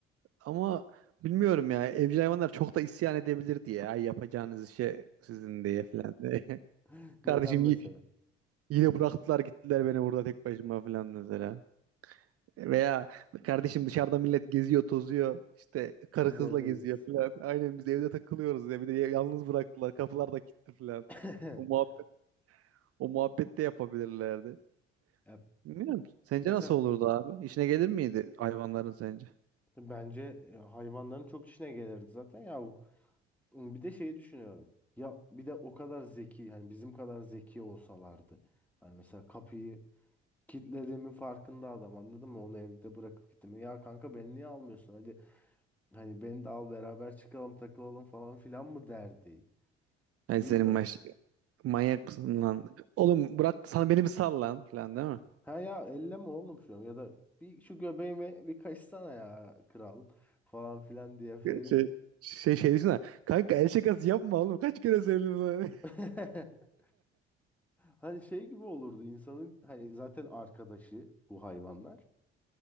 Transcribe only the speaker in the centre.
<laughs>
Neden mesela?
Biz
evdeyiz.
<laughs>
Ya
Mesela
Bence e, hayvanların çok işine gelirdi zaten ya. bu- Bir de şeyi düşünüyorum. Ya bir de o kadar zeki hani bizim kadar zeki olsalardı. Hani mesela kapıyı kilitlediğimin farkında adam anladın mı? Onu evde bırakıp gittim. Ya kanka beni niye almıyorsun? Hadi hani beni de al beraber çıkalım takılalım falan filan mı derdi.
Bilmiyorum.
Ha ya elleme oğlum şunu ya da bir şu göbeğime bir kaçsana ya kral falan filan diye böyle.
<laughs> Hani şey gibi olurdu insanın hani zaten arkadaşı bu hayvanlar.